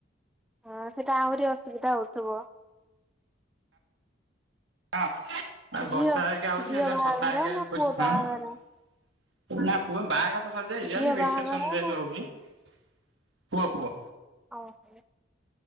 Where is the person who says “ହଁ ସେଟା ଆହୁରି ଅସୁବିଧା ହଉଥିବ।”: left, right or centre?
Centre